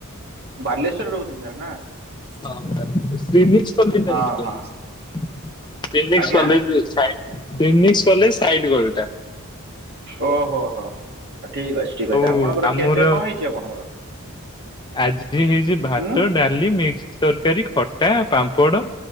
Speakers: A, on the right; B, on the left.
A: ବାଲେଶ୍ଵରରେ ରହୁଛନ୍ତି ତା ନା।
B: <unintelligible> <unintelligible> ସାଇଟ୍
A: ହଁ ହଁ ଆଜ୍ଞା
B: ଗଳିଟା।
A: ଓ ହୋ ହୋ। ଠିକ ଅଛି ଠିକ
B: ଆଉ
A: ଅଛି ଆପଣଙ୍କର
B: ଆମର
A: ଖିଆପିଆ କଣ ହେଇଛି ଆପଣଙ୍କର।
B: ଆଜି ହେଇଛି ଭାତ
A: ଉଁ
B: ଡାଲି ମିକ୍ସ। ତରକାରୀ ଖଟା ପାମ୍ପଡ଼